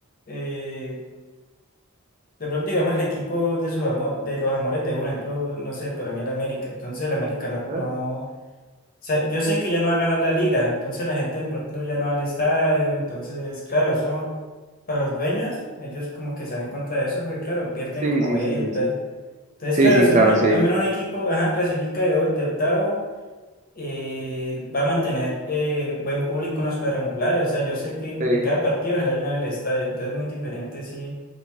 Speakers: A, on the left (about 40°); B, on the right (about 30°).
A: eh, de pronto digamos el equipo de sus amo- de los amores de uno, por ejemplo, no sé, para mí el América. Entonces el América no,
B: ajá.
A: no, o sea, yo sé que ya no va a ganar la liga, entonces la gente de pronto ya no va al estadio, entonces, claro, eso para los dueños, ellos como que salen contra eso porque, claro, pierden
B: Sí,
A: como
B: sí,
A: ventas.
B: sí, sí, sí.
A: Entonces,
B: Sí,
A: claro,
B: sí,
A: si
B: claro,
A: un- al
B: sí.
A: menos un equipo ajá, clasifica de, o- de octavo, eh, va a mantener eh, buen público en los cuadrangulares. O sea, yo sé que
B: Sí,
A: en cada partido se le va a llenar el estadio, entonces es muy diferente, sí.